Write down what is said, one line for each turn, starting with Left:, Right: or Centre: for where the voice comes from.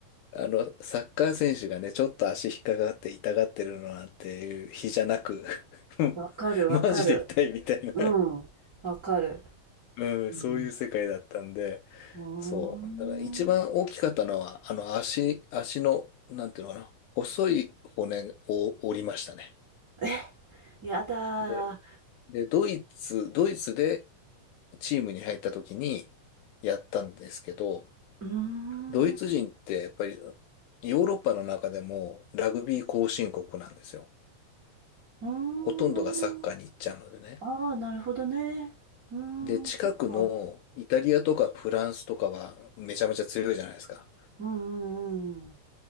Left: う、あの、サッカー選手がね、ちょっと足引っかかって痛がってるのなんていう日じゃなく <laughs> うんマジで痛いみたいな
Right: わかるわかる。うん。わかる。
Left: うん、
Right: うん。
Left: そういう世界だったんで、
Right: うーん。
Left: そう。だから一番大きかったのは、あの足、足の、なんていうのかな、細い骨を折りましたね。
Right: え、やだ
Left: で、
Right: ー。
Left: で、ドイツ、ドイツでチームに入った時にやったんですけど、
Right: うーん。
Left: ドイツ人ってやっぱり
Right: う
Left: ヨーロッパの中でもラグビー後進国なんですよ。
Right: ーん。
Left: ほとんどがサッカーに行っちゃうのでね。
Right: ああ、なるほどね。うーん、
Left: で、近くのイタリアとかフランスとかはめちゃめちゃ強いじゃないですか。
Right: そっか。うんうんうん。